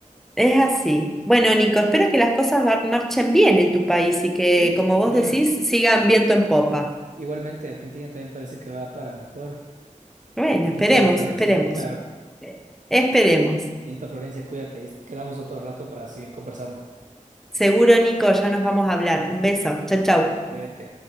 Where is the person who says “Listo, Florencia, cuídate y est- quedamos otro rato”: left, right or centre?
Right